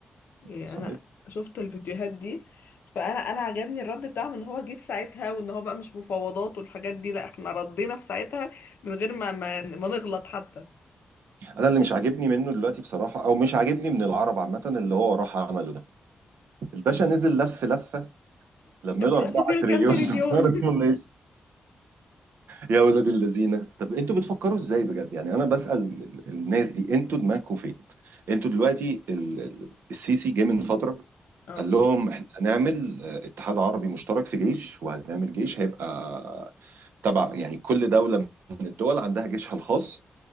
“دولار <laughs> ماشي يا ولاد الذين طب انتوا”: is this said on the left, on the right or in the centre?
Right